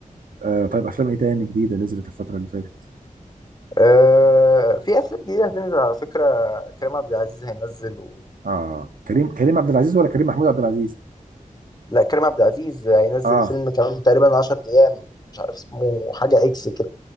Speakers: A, on the right; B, on the left.
A: آه، طيب افلام ايه تاني جديده نزلت الفتره اللي فاتت
B: آه، في افلام جديده هتنزل على فكره كريم عبد العزيز هينزل و...
A: اه كريم كريم عبد العزيز ولا كريم محمود عبد العزيز
B: لا كريم عبد العزيز هينزل
A: اه
B: فيلم كمان تقريبا 10 ايام مش عارف اسمه حاجه اكس كده